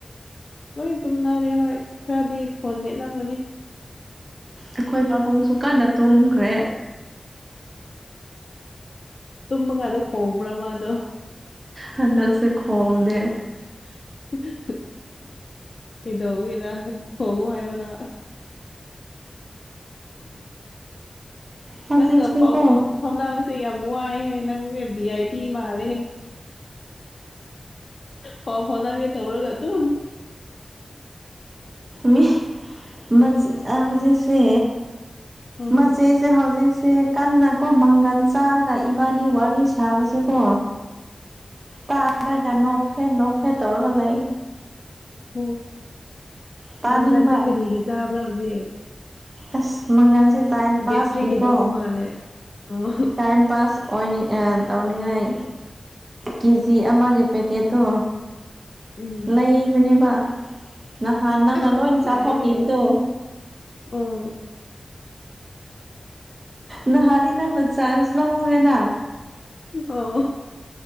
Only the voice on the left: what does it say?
ꯂꯣꯏ ꯇꯨꯝꯅꯔꯦ ꯍꯣꯏ ꯈꯔꯗꯤ ꯐꯣꯟ ꯃꯦꯠꯂꯝꯒꯅꯤ
ꯇꯨꯝꯕꯀꯥꯟꯗ ꯈꯣꯡꯕ꯭ꯔꯥ ꯃꯥꯗꯣ
<unintelligible> ꯀꯩꯗꯧꯕꯩꯔ ꯈꯣꯡꯉꯣ ꯍꯥꯏꯑꯣꯅ
ꯅꯪꯒ ꯄꯥꯎ ꯐꯥꯎ ꯐꯥꯎꯅꯕꯁꯦ ꯌꯥꯝ ꯋꯥꯏꯍꯦ ꯅꯪ ꯕꯤ ꯑꯥꯏ ꯄꯤ ꯃꯥꯂꯦ ꯄꯥꯎ ꯐꯧꯅꯒꯦ ꯇꯧꯔꯒ ꯑꯗꯨꯝ
ꯑꯁ
ꯑꯣ
ꯃꯪꯒꯟꯗꯤ ꯀꯔꯤꯒꯤ ꯆꯥꯕ꯭ꯔꯥꯗꯦ
ꯒꯦꯁꯇ꯭ꯔꯤꯒꯤꯗꯃꯛ ꯃꯥꯜꯂꯦ ꯑꯣ
ꯎꯝ
ꯑꯁ
ꯌꯥꯏꯍꯦ ꯑꯣ
ꯑꯣ